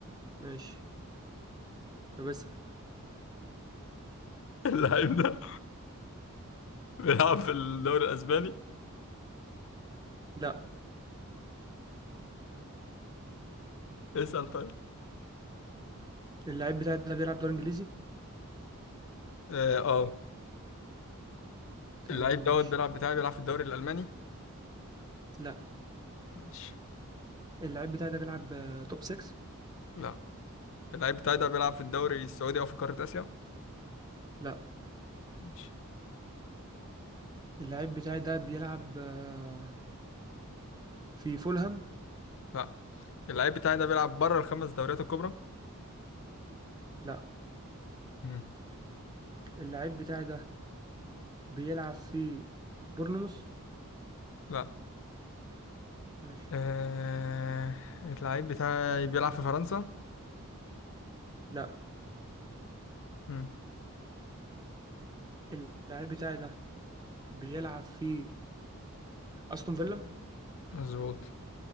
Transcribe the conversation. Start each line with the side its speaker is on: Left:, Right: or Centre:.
Right: ماشي طب اسأل
Left: <laughs> اللعيب ده بيلعب في الدوري الاسباني
Right: لا
Left: اسأل طيب
Right: اللعيب بتاعي ده بيلعب دوري انجليزي
Left: اه آه.
Right: تمام
Left: اللعيب دوت
Right: ماشي
Left: بيلعب بتاعي بيلعب في الدوري الالماني
Right: لا
Left: ماشي
Right: اللعيب بتاعي ده بيلعب آه، توب 6
Left: لا اللعيب بتاعي ده بيلعب في الدوري السعودي او في قارة اسيا
Right: لا
Left: ماشي
Right: اللعيب بتاعي ده بيلعب آه، في فولهام
Left: لا اللعيب بتاعي ده بيلعب بره الخمس دوريات الكبرى
Right: لا
Left: مم.
Right: اللعيب بتاعي ده بيلعب في بورنموث
Left: لا
Right: ماشي
Left: آه... اللعيب بتاعي بيلعب في فرنسا
Right: لا
Left: مم.
Right: اللعيب بتاعي ده بيلعب في استون فيلا
Left: مظبوط